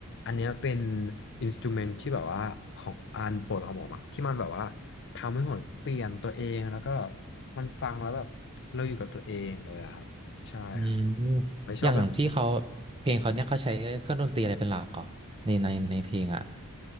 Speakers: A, on the left; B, on the right.
A: อันเนี้ยเป็นอินสตูเมนที่แบบว่าของอันโปรดของผมอะที่มันแบบว่าทำให้ผมเปลี่ยนตัวเองแล้วก็มันฟังแล้วแบบเราอยู่กับตัวเองเลยอะครับใช่ครับ
B: อืม
A: ไม่ชอบอะไร
B: อย่างอย่างที่เขาเพลงเขาเนี่ยเขาใช้เครื่องดนตรีอะไรเป็นหลักก่อนในในในเพลงอ่ะ